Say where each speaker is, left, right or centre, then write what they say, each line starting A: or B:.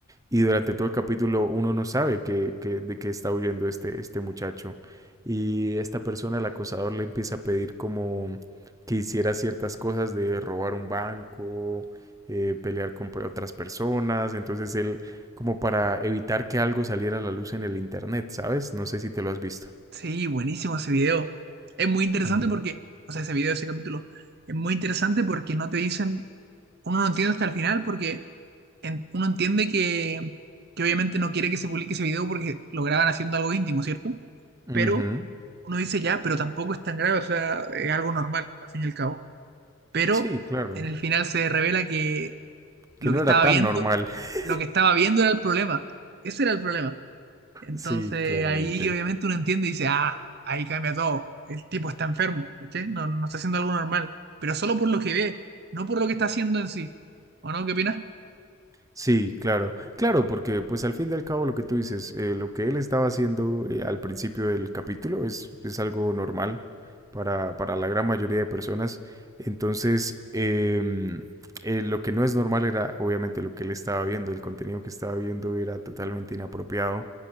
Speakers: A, on the right; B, on the right.
A: Y durante todo el capítulo uno no sabe que, que, de qué está huyendo este, este muchacho. Y esta persona, el acosador, le empieza a pedir como que hiciera ciertas cosas de robar un banco, eh, pelear con otras personas. Entonces él, como para evitar que algo saliera a la luz en el internet, ¿sabes? No sé si te lo has visto.
B: Sí, buenísimo ese video. Es muy interesante
A: Ujú.
B: porque, o sea, ese video, ese capítulo, es muy interesante porque no te dicen, uno no entiende hasta el final porque en- uno entiende que, que obviamente no quiere que se publique ese video porque lo graban haciendo algo íntimo, ¿cierto?
A: Ujú.
B: Pero uno dice ya, pero tampoco es tan grave, o sea, es algo normal, al fin y al cabo. Pero
A: Sí, claro.
B: en el final se revela que lo
A: Que no
B: que estaba
A: era tan
B: viendo,
A: normal. <laughs>
B: lo que estaba viendo era el problema. Ese era el problema. Entonces
A: Sí, claramente.
B: ahí obviamente uno entiende y dice, ah, ahí cambia todo. El tipo está enfermo, ¿cachai? No, no está haciendo algo normal, pero solo por lo que ve, no por lo que está haciendo en sí. ¿O no? ¿Qué opinas?
A: Sí, claro, claro, porque pues al fin y al cabo lo que tú dices, eh, lo que él estaba haciendo eh, al principio del capítulo es, es algo normal para, para la gran mayoría de personas. Entonces, em, eh, lo que no es normal era obviamente lo que él estaba viendo, el contenido que estaba viendo era totalmente inapropiado.